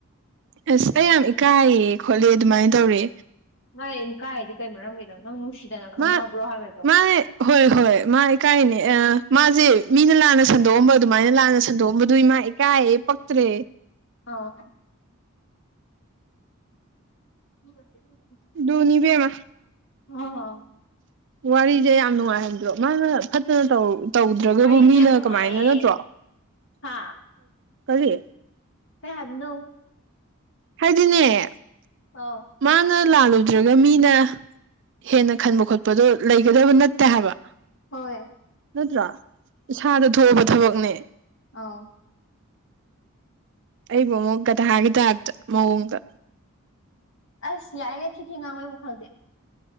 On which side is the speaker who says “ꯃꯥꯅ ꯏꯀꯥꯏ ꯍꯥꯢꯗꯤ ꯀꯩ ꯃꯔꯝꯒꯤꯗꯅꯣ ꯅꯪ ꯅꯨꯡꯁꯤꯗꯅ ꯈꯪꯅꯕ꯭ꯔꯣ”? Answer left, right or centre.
Left